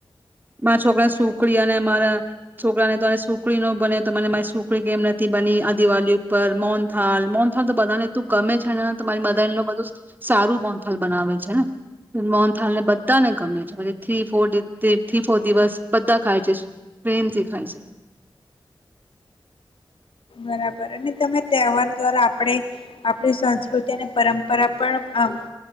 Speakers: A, on the right; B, on the left.
A: મારા છોકરાને સ સુખડી અને મારા છોકરાને તોને સુખડી ન બને તો મને મારી સુૂખડી કેમ નથી બની આ દિવાળ ઉપર મોનથાલ મોનથાલ તો બધાને તું ગમે છે ને તો મારી મદા ન બધું સારું મોનથળ ઠાલ બનાવે છેને મોહનથાળ ને બધાને ગમે છે થ ફોર થ્રી ફોર દિવસ બધા ખાય છે પ્રેમથી ખાય છે.
B: બરાબર અને તમે તહેવાર દ્વારા આપણે આપણી સંસ્કૃતિ અને પરંપરા પણ આ